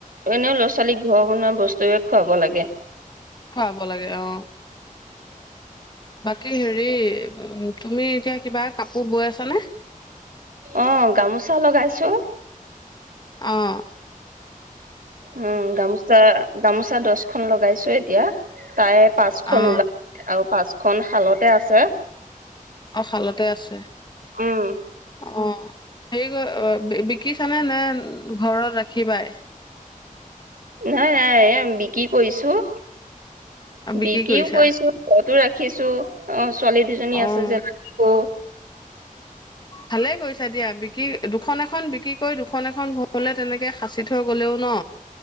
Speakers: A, on the right (about 75°); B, on the left (about 30°).
A: এনেও ল'ৰা ছোৱালীক ঘৰ বনোৱা বস্তু। টোৱে খুৱাব লাগে।
B: খুৱাব লাগে অ বাকী হেৰি তুমি এতিয়া কিবা কাপোৰ বৈ আছানে?
A: অ গামোচা লগাইছো।
B: আহ।
A: উ'ম গামোছা গামোচা দচখন লগাইছো এতিয়া তাই- পাঁচখনন
B: অ',
A: ওলাই আৰু পাঁচ খন শালতে আছে।
B: অ শালতে আছে।
A: উ'ম
B: অ হেৰি কৰি বিকিছানে নে ঘৰত ৰাখিবাই।
A: নাই নাই বিক্ৰী কৰিছো।
B: অ', বিক্ৰী
A: বিত্ৰুী
B: কৰিছা?
A: কৰিছো। ৰাখিছো অ। ছোৱালী দুজনী
B: অ',
A: আছে যে ল।
B: ভালে কৰিছা দিয়া বিত্ৰুী দুখন এখন বিক্ৰী কৰি দুখন এখন ঘৰলে তেনেকে সাঁচি থৈ গলেও ন।